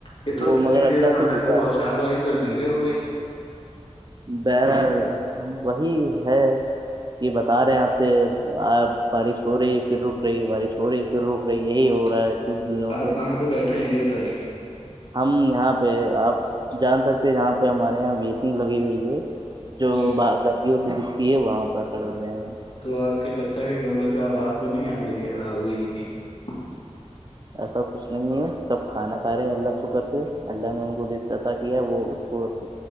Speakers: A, on the left; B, on the right.
A: یہ تو
B: وہ
A: اتنی
B: مگر اللہ
A: تیز اچانک
B: دعا
A: سے بہتچ چار آئی پھر دھیرے ہو گئی
B: بر وہی ہے یہ بتا رہے ہیں آپ سے آ بارش ہو رہی ہے پھر رک رہی ہے بارش ہو رہی رک رہ یہی ہو رہا ہے کچھ دنوں
A: آپ
B: سے
A: کہاں پہ بیٹھے ہیں یہ بتائیے
B: ہم یہاں پہ آپ جان سکتے جہاں پہ ہمارے یہاں ویسنگ لگی ہوئی ہے جو
A: جی
B: گلییوں سے دکھتی ہے وہاں پر کھڑک گیا
A: تو آپ کے چچا کے کمرے سے آواز تو نہیں آ رہی ہے آوئی کی <inaudible>
B: ایسا کچھ نہیں ہے سب کھانا کھا رہے ہیں اللہ شکر سے اللہ نے ان کو رش اطا کیا وہ وہ